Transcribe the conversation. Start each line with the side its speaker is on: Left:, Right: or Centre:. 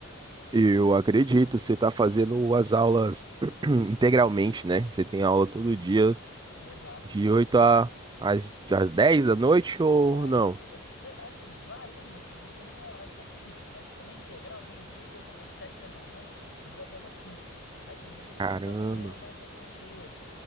Right: Eu acredito, você está fazendo as aulas <clears throat> integralmente, né? Você tem aula todo dia,
Left: Exato.
Right: de 8 a, às, às 10 da noite ou
Left: Na,
Right: não?
Left: de- é- de- assim, varia muito, né? Não tem um horário tão fixo, mas como é integral, tem dia que eu começo sete da manhã e vou até umas cinco. Aí tem dia que começa
Right: Caramba,
Left: sete da manhã e vai um pouco mais cedo.